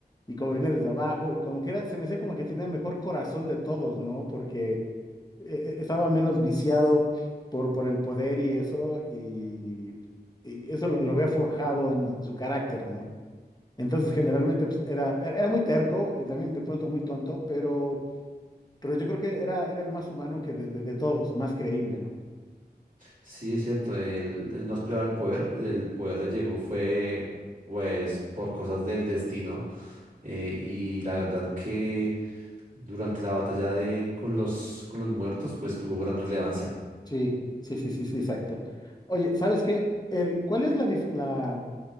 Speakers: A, on the left; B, on the right.
A: y como venía desde abajo, y como que era, se me hacía como que tenía mejor corazón de todos, ¿no? Porque eh, eh, estaba menos viciado por, por el poder y eso, y, y eso lo, lo había forjado en, su carácter, ¿no? Entonces, generalmente pues, era, era era muy terco y también de pronto muy tonto, pero, pero yo creo que era, era el más humano que de, de- de todos, más creíble, ¿no?
B: Sí, es cierto, él, él no aspiraba al poder, el poder le llegó fue, pues, por cosas del destino. eh, y la verdad que durante la batalla de, con los, con los muertos, pues tuvo gran relevancia.
A: Sí, sí, sí, sí, sí, exacto. Oye, ¿sabes qué? El, ¿cuál es la, dif- la,